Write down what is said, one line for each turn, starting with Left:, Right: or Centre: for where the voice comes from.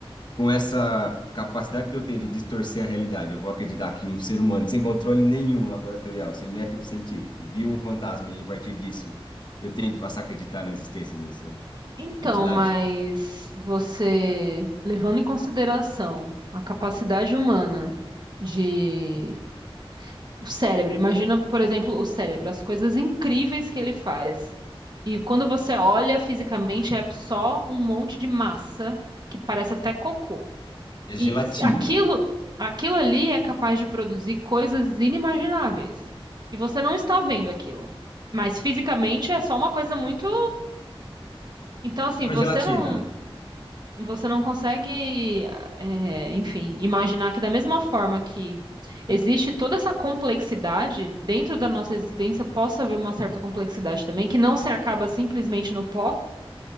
Left: com essa capacidade que eu tenho de distorcer a realidade, eu vou acreditar que um ser humano sem controle nenhum laboratorial, sem método científico, viu um fantasma e a partir disso eu tenho de passar a acreditar na existência desse
Right: Então,
Left: Entidade?
Right: mas você, levando em consideração a capacidade humana de O cérebro, imagina, por exemplo, o cérebro, as coisas incríveis que ele faz. E quando você olha fisicamente, é só um monte de massa que parece até cocô.
Left: É
Right: E
Left: gelatina.
Right: s- aquilo, aquilo ali é capaz de produzir coisas inimagináveis. E você não está vendo aquilo. Mas fisicamente é só uma coisa muito. Então, assim,
Left: É uma
Right: você
Left: gelatina,
Right: não.
Left: né?
Right: Você não consegue, é, enfim, imaginar que da mesma forma que existe toda essa complexidade dentro da nossa existência, possa haver uma certa complexidade também, que não se acaba simplesmente no pó.